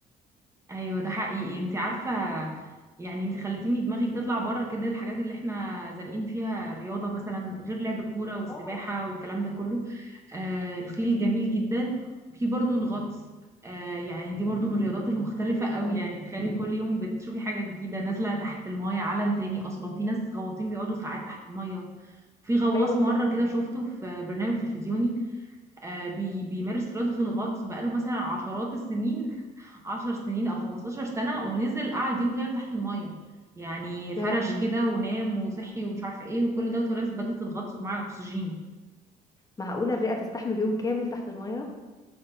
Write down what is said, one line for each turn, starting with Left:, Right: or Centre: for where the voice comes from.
Right: ايوه ده حقيقي انت عارفه يعني انت خلتيني دماغي تطلع بره كده الحاجات اللي احنا زانقين فيها الرياضه مثلا غير لعب الكوره والسباحه
Left: اه
Right: والكلام ده كله آه الخيل جميل جدا وفي برضو الغطس آه يعني دي برضو من الرياضات المختلفه
Left: diving،
Right: قوي
Left: اه
Right: يعني تخيلي كل يوم بتشوفي حاجه جديده نازله تحت المايه عالم تاني اصلا في ناس غواصين بيقعدوا ساعات تحت المايه في غواص
Left: ايوه فعلا
Right: مرة كده شفته في برنامج تلفزيوني آه بي بيمارس رياضة الغطس بقاله مثلا عشرات السنين 10 سنين او 15 سنة ونزل قعد يوم كامل تحت المية يعني فرش
Left: يا لهوي
Right: كده ونام وصحي ومش عارفة ايه وكل دوت وهو لابس بدلة الغطس ومعاه اكسجين
Left: معقوله الرئه تستحمل يوم كامل تحت الميه